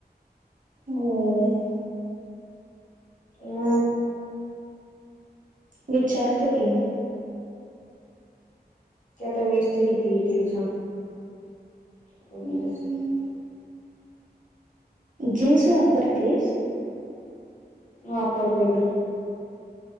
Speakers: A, on the right; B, on the left.
A: होय
B: म
A: विचारतो की मी.
B: ते आता वीस च किती येतील सांग? <unintelligible>
A: हम्म, जीन्स वापरतेस?
B: वापरतोय की.